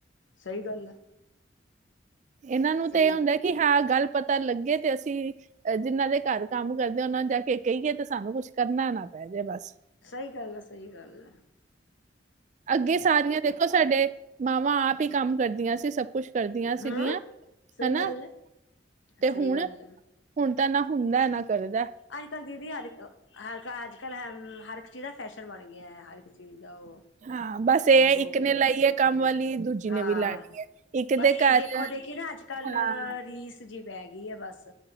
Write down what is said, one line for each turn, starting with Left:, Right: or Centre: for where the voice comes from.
Left: ਸਈ ਗੱਲ ਐ।
Right: ਏਨਾਂ ਨੂੰ ਤੇ
Left: ਸਹੀ
Right: ਏ ਹੁੰਦਾ ਕੀ ਹਾਂ ਗੱਲ ਪਤਾ ਲੱਗੇ ਤੇ ਅਸੀਂ ਜਿਨਾਂ ਦੇ ਘਰ ਕੰਮ ਕਰਦੇ ਉਨਾਂ ਨੂੰ ਜਾ ਕੇ ਕਈਏ ਤੇ ਸਾਨੂੰ ਕੁਛ ਕਰਨਾ ਨਾ ਪੈ ਜੇ ਬਸ।
Left: ਸਈ ਗੱਲ ਐ ਸਈ ਗੱਲ ਐ।
Right: ਅੱਗੇ ਸਾਰੀਆਂ ਦੇਖੋ ਸਾਡੀ ਮਾਵਾਂ ਆਪ ਈ ਕੰਮ ਕਰਦੀਆਂ ਸੀ ਸਭ ਕੁਛ। ਕਰਦੀਆਂ ਸੀਗੀਆਂ
Left: ਹੂੰ ਸਈ
Right: ਹਨਾ
Left: ਗੱਲ ਐ
Right: ਤੇ
Left: ਸਈ
Right: ਹੁਣ
Left: ਗੱਲ ਐ।
Right: ਹੁਣ ਤਾਂ ਨਾ ਹੁੰਦੈ ਨਾ ਕਰਦੈ।
Left: ਅੱਜ ਕੱਲ ਦੀਦੀ ਹਰ ਇਕ ਹਰ ਅੱਜ ਕੱਲ੍ਹ ਹਰ ਇੱਕ ਚੀਜ਼ ਦਾ ਫੈਸ਼ਨ ਬਣ ਗਿਐ ਹਰ ਇੱਕ ਚੀਜ਼ ਦਾ ਓ।
Right: ਹਾਂ
Left: <unintelligible>
Right: ਬਸ ਇਹ
Left: ਹੂੰ
Right: ਹੈ, ਇੱਕ ਨੇ ਲਾਈ ਹੈ ਕੰਮ ਵਾਲੀ ਦੂਜੀ ਨੇ
Left: ਹਾਂ
Right: ਵੀ ਲਾਣੀ ਹੈ ਇੱਕ
Left: ਬਸ
Right: ਦੇ ਘਰ
Left: ਏ ਦੇਖੋ ਦੇਖੀ ਨਾ ਅੱਜ ਕੱਲ
Right: ਹਾਂ
Left: ਰੀਸ ਜੀ ਪੈਗੀ ਐ ਬਸ।